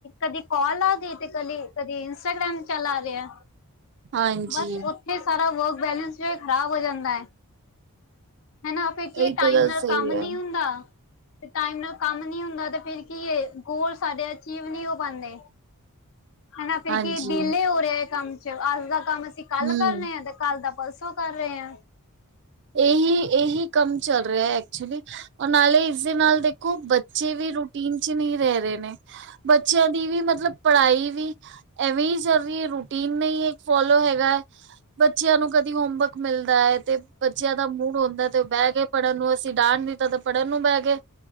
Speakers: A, on the left; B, on the right.
A: ਕਦੀ ਕਾਲ ਆ ਗਈ ਤੇ ਕਦੇ ਕਦੀ ਇੰਸਟਾਗ੍ਰਾਮ ਚਲਾ ਲਿਆ।
B: ਹਾਂਜੀ
A: ਬਸ ਉੱਥੇ ਸਾਰਾ ਵਰਕ ਬੈਲੇਂਸ ਜੋ ਏ ਖ਼ਰਾਬ ਹੋ ਜਾਂਦਾ ਐ। ਹਨਾ ਫਿਰ
B: ਇਹੀ
A: ਇਹ ਟਾਈਮ
B: ਤੇ ਗੱਲ
A: ਨਾਲ
B: ਸਹੀ
A: ਕੰਮ
B: ਹੈ।
A: ਨੀ ਹੁੰਦਾ। ਤੇ ਟਾਈਮ ਨਾਲ ਕੰਮ ਨੀ ਹੁੰਦਾ ਤੇ ਫਿਰ ਕੀ ਏ, ਗੋਲ ਸਾਡੇ ਅਚੀਵ ਨੀ ਹੋ ਪਾਂਦੇ। ਹੈਨਾ ਫਿਰ
B: ਹਾਂਜੀ,
A: ਕੀ ਦੀਲੇ ਹੋ ਰਿਹਾ ਐ ਕੰਮ ਚ, ਅੱਜ ਦਾ ਕੰਮ ਅਸੀਂ ਕੱਲ
B: ਹੂੰ
A: ਕਰ ਰਨੇ ਆ ਤੇ ਕੱਲ ਦਾ ਪਰਸੋਂ ਕਰ ਰਹੇ ਆ।
B: ਇਹੀ-ਇਹੀ ਕੰਮ ਚੱਲ ਰਿਹਾ ਐਕਚੁਲੀ ਔਰ ਨਾਲੇ ਇਸ ਦੇ ਨਾਲ ਦੇਖੋ ਬੱਚੇ ਵੀ ਰੂਟੀਨ ਤੇ ਨੀ ਰਹਿ ਰਹੇ ਨੇ, ਬੱਚਿਆਂ ਦੀ ਵੀ ਮਤਲਬ ਪੜ੍ਹਾਈ ਵੀ ਐਵੇਂ ਚੱਲ ਰਹੀ ਰੂਟੀਨ ਨੀ ਫੋਲੋ ਹੈਗਾ ਬੱਚਿਆਂ ਨੂੰ ਕਦੀ ਹੋਮਵਰਕ ਮਿਲਦਾ ਐ। ਤੇ ਬੱਚਿਆਂ ਦਾ ਮੂਡ ਹੁੰਦਾ ਤੇ ਉਹ ਬਹਿ ਗਏ ਪੜ੍ਹਨ ਨੂੰ, ਅਸੀਂ ਡਾਹਣ ਨੀ ਤ ਤੇ ਪੜ੍ਹਨ ਨੂੰ ਬਹਿ ਗਏ।